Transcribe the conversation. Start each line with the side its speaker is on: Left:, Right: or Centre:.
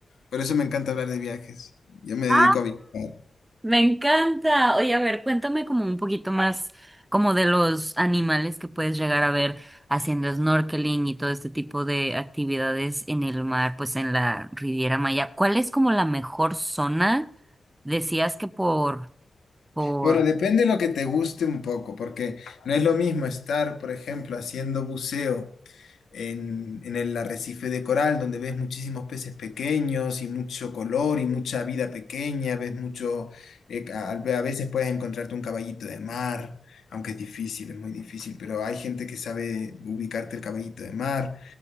Left: por eso me encanta hablar de viajes. Yo me dedico
Right: Ah.
Left: a viajar.
Right: Me encanta. Oye, a ver, cuéntame como un poquito más como de los animales que puedes llegar a ver haciendo snorkeling y todo este tipo de actividades en el mar, pues en la Riviera Maya. ¿Cuál es como la mejor zona? Decías que por, por,
Left: Bueno, depende de lo que te guste un poco, porque no es lo mismo estar, por ejemplo, haciendo buceo en, en el arrecife de coral, donde ves muchísimos peces pequeños y mucho color y mucha vida pequeña, ves mucho, eh, a, a veces puedes encontrarte un caballito de mar, aunque es difícil, es muy difícil, pero hay gente que sabe ubicarte el caballito de mar